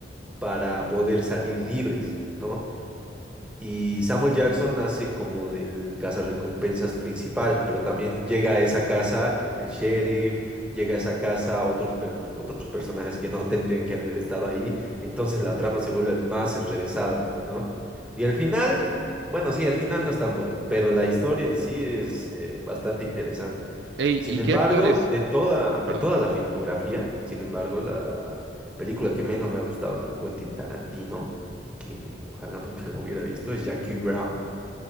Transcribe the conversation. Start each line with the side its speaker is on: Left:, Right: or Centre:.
Centre: para poder salir libres, ¿no? Y Samuel Jackson hace como del cazarrecompensas principal, pero también llega a esa casa el sheriff, llega a esa casa otros, per- otros personajes que no tendrían que haber estado ahí, entonces la trama se vuelve más enrevesada, ¿no? Y al final, bueno, sí, al final no es tan bueno, pero la historia en sí es eh, bastante interesante.
Right: Ey,
Centre: Sin
Right: ¿y
Centre: embargo,
Right: qué actores?
Centre: de toda, de
Right: Perdón.
Centre: toda la filmografía, sin embargo, la película que menos me ha gustado de Quentin Tarantino y que ojalá nunca lo hubiera visto, es Jackie Brown.